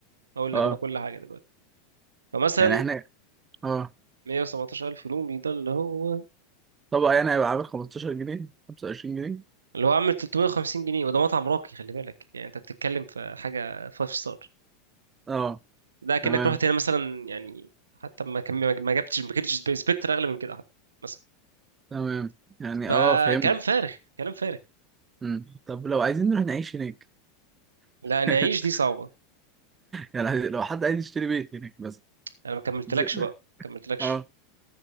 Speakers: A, on the right; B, on the right.
A: اقول
B: اه
A: لك انا كل حاجه دلوقتي فمثلا
B: يعني احنا اه
A: 117 الف رومي ده اللي هو
B: طبق يعني هيبقى عامل 15 جنيه 25 جنيه
A: اللي هو عامل 350 جنيه وده مطعم راقي خلي بالك يعني انت بتتكلم في حاجه 5 ستار
B: اه
A: ده كأنك
B: تمام
A: رحت هنا مثلا يعني حتى ما كم ما جبتش ما جبتش سبي- سبكتر اغلى من كده حتى مثلا
B: تمام يعني
A: فكلام
B: اه فهمت
A: فارغ كلام فارغ
B: مم. طب لو عايزين نروح نعيش هناك
A: لا انا
B: <laughs>
A: اعيش دي صعبه
B: يعني عايز- لو حد عايز يشتري بيت هناك بس
A: انا ما كملتلكش
B: د-
A: بقى ما كملتلكش
B: اه